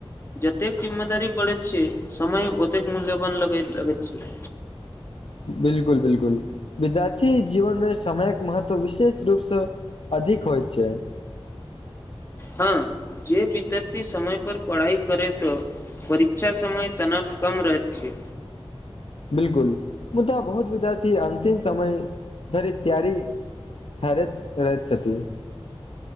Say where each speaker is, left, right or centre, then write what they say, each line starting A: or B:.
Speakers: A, on the left (about 25°); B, on the left (about 70°).
A: जतेक जिम्मेदारी पड़ैत छैय, समय ओतेक मूल्यवान लगैत छैय।
B: बिलकुल- बिलकुल मिजाज। की जीवन मे समयक महत्व विशेष रूपसँ अधिक होइत छैय।
A: हँ जे विद्यार्थी समय पर पढ़ाइ करै त परीक्षा समय तनाव कम रहत छै।
B: बिलकुल मुदा बहुत विजा अतिम समय धरी त्यरी ठरैत रहैत।